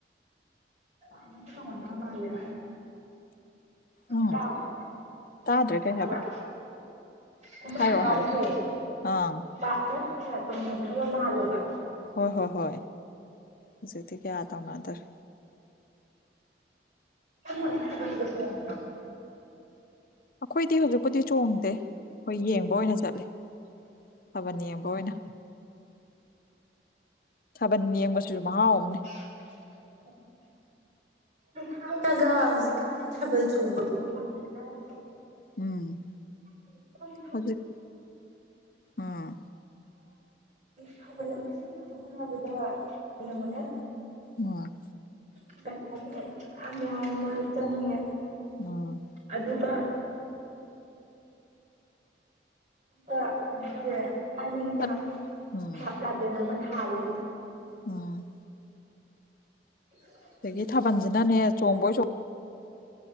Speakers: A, on the right; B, on the left.
A: ꯑꯃꯨꯛꯁꯨ ꯇꯧꯅꯗꯕ ꯃꯥꯜꯂꯦꯕ
B: ꯎꯝ
A: ꯇꯥꯕ꯭ꯔꯥ
B: ꯇꯥꯗ꯭ꯔꯦ ꯀꯩ
A: ꯇꯥꯕ꯭ꯔꯥ
B: ꯍꯥꯏꯕ
A: ꯀꯨꯝꯍꯩ
B: ꯍꯥꯏꯔꯛꯑꯣ
A: ꯍꯔꯥꯎꯁꯦ
B: ꯍꯥꯏꯔꯛꯑꯣ ꯑꯥ
A: ꯄꯥꯛꯅꯁꯨꯅꯦ ꯇꯧꯅꯗ꯭ꯔꯕ ꯃꯥꯜꯂꯦꯕ
B: ꯍꯣꯏ ꯍꯣꯏ ꯍꯣꯏ ꯍꯧꯖꯤꯛꯇꯤ ꯀꯌꯥ ꯇꯧꯅꯗꯔꯦ
A: <inaudible> ꯊꯥꯕꯜꯒ ꯆꯣꯡꯗ꯭ꯔꯣ
B: ꯑꯩꯈꯣꯏꯗꯤ ꯍꯧꯖꯤꯛꯄꯨꯗꯤ ꯆꯣꯡꯗꯦ ꯑꯩꯈꯣꯏ ꯌꯦꯡꯕ ꯑꯣꯏꯅ ꯆꯠꯂꯦ ꯊꯥꯕꯜ ꯌꯦꯡꯕ ꯑꯣꯏꯅ ꯊꯥꯕꯟ ꯌꯦꯡꯕꯁꯨ ꯃꯍꯥꯎ ꯑꯃꯅꯦ
A: <inaudible> ꯊꯥꯏꯅꯒ ꯍꯧꯖꯤꯛꯀꯥꯟꯒꯤ ꯊꯥꯕꯜ ꯆꯣꯡꯕꯒꯁꯨ ꯌꯥꯝ ꯈꯦꯠꯅꯗ꯭ꯔꯣ
B: ꯎꯝ
A: <unintelligible>
B: ꯍꯧꯖꯤꯛ ꯎꯝ
A: ꯊꯥꯕꯜ ꯑꯃꯥ ꯁꯤꯟꯅꯕ ꯍꫭꯠꯅꯕꯗ ꯌꯦꯡꯆꯨꯅꯦ
B: ꯑꯣ
A: <unintelligible> ꯆꯪꯉꯦ
B: ꯎꯝ
A: ꯑꯗꯨꯒ ꯑꯗꯨꯒ ꯀꯩꯅꯣ ꯇꯧꯔꯦ ꯊꯥꯏꯅꯒꯤꯅꯥ
B: ꯆꯠ ꯎꯝ
A: ꯍꯥꯥꯞ ꯂꯥꯇꯦꯟ ꯑꯃ ꯊꯥꯜꯂꯦ
B: ꯎꯝ
A: <inaudible>
B: ꯑꯗꯒꯤ ꯊꯥꯕꯜꯁꯤꯅꯅꯦ ꯆꯣꯡꯕꯣꯏ ꯆꫭꯡ